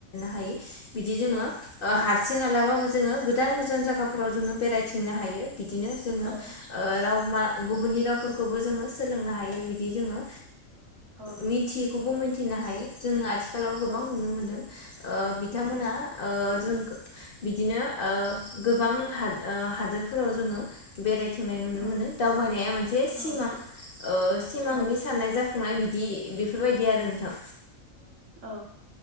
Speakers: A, on the left; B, on the right.
A: ह बि ज
B: औ
A: ह सिं हालाबाबो जोङो गोजान गोजान जायगाफोराव जोङो बेरायथिंनो हायो। बिदिनो जोङो
B: औ
A: राव मा। गुबुननि रावफोरखौबो जोङो सोलोंनो हायो बिदि जोङो
B: औ
A: मिथियैखौबो मोन हथिनो हायो जों आथिखालाव गोबां
B: औ
A: नुनो मोनदों बिथांमोनहा
B: नंगौ नोंथां
A: जों बिदिनो गोबां हादोरफोराव जोङो बेरायथों
B: औ
A: दावबायनाया मोनसे
B: औ
A: सिमां सिमांनि
B: औ
A: साननाय जाफुं संनाय बिदि बेफोरबायदि आरो नोंथां।
B: औ